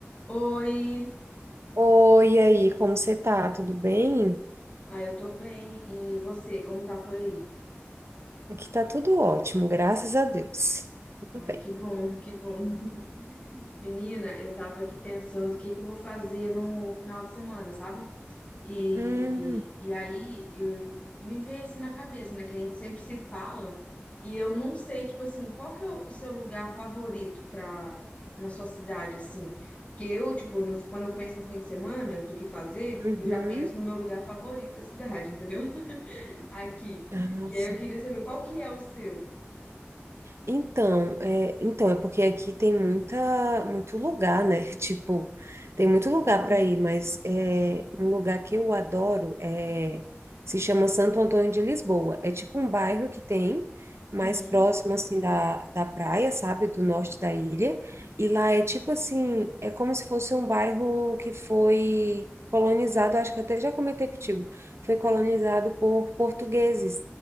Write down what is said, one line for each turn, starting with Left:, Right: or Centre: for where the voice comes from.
Left: Oi,
Right: Oi, e aí, como você tá? Tudo bem?
Left: ah, eu tô bem. E você, como tá por aí?
Right: Aqui tá tudo ótimo, graças a Deus. Tudo
Left: Ai,
Right: bem.
Left: que bom, que bom. <laughs> Menina, eu tava aqui pensando o que que eu vou fazer no final de semana, sabe? E,
Right: Hum,
Left: e aí eu- me veio assim na cabeça, né? Que a gente sempre se fala e eu não sei, tipo assim, qual que é o seu lugar favorito pra, na sua cidade, assim? Porque eu, tipo, no- quando eu penso no fim de semana, do que fazer,
Right: uhum.
Left: eu já penso no meu lugar favorito da cidade, entendeu? aqui.
Right: Ah,
Left: E
Right: sim.
Left: aí eu queria saber qual que é o seu.
Right: Então, é, então, é porque aqui tem muita, muito lugar, né? <laughs> Tipo, tem muito lugar para ir, mas é, um lugar que eu adoro é, se chama Santo Antônio de Lisboa. É tipo um bairro que tem
Left: Uhum.
Right: mais próximo, assim, da, da praia, sabe? Do norte da ilha. E lá é tipo assim, é como se fosse um bairro que foi colonizado, acho que até já comentei contigo, foi colonizado por portugueses.